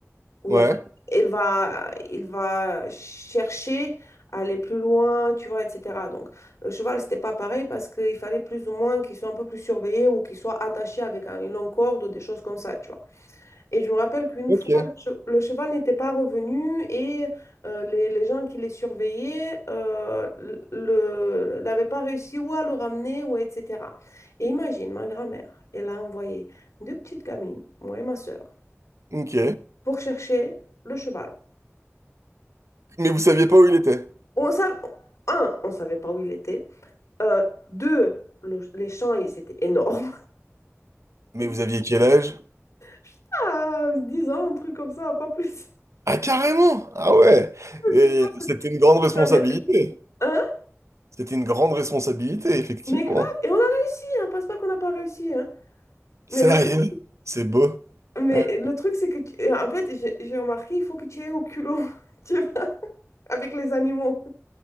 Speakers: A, on the left; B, on the right.
A: où
B: ouais,
A: il y a pas...
B: ouais,
A: il va, il va chercher à aller plus loin, tu vois, etc. Donc, le cheval, c'était pas pareil parce qu'il fallait plus ou moins qu'il soit un peu plus surveillé ou qu'il soit attaché avec un- une longue corde ou des choses comme ça, tu vois. Et je me rappelle qu'une
B: ok.
A: fois, le che- le cheval n'était pas revenu et euh, les, les gens qui les surveillaient euh, le, n'avaient pas réussi ou à le ramener ou etc. Et imagine, ma grand-mère, elle a envoyé deux petites gamines, moi et ma sœur,
B: Ok.
A: pour chercher le cheval.
B: Mais vous saviez pas où il était.
A: On savait, un, on savait pas où il était. Euh, deux, le- les champs, ils- c'était énorme.
B: Mais
A: <laughs>
B: vous aviez quel âge?
A: Putain, 10 ans, un truc comme ça, pas plus.
B: Ah, carrément! Ah ouais!
A: <laughs> Parce
B: Et
A: que je pense que
B: c'était une grande responsabilité.
A: j'avais- Hein?
B: C'était une grande responsabilité, effectivement.
A: Mais grave, et on a réussi, hein, pense pas qu'on n'a pas réussi, hein. Mais
B: Sérieux?
A: le truc,
B: C'est beau.
A: mais
B: Ouais.
A: le truc, c'est que, tu- en fait, j'ai j'ai remarqué, il faut que tu aies au culot, <laughs> tu vois, avec les animaux.